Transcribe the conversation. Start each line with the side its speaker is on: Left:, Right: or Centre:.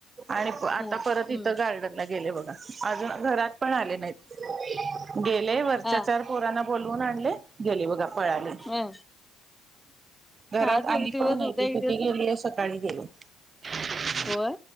Right: आणि आता
Centre: हम्म.
Right: परत इथं गार्डन ला गेले बघा. अजून घरात. पण आले नाहीत. <unintelligible> गेले वरच्या
Centre: हा
Right: चार पोरांना बोलवून आणलयं गेलयं बघा पळाले
Centre: हा
Right: घरात
Centre: आज
Right: आली
Centre: एक दिवस
Right: पण नाही
Centre: उद्या
Right: ती
Centre: एक
Right: तिथे
Centre: दिवस
Right: गेलीये सकाळी गेलीये. ह
Centre: होय.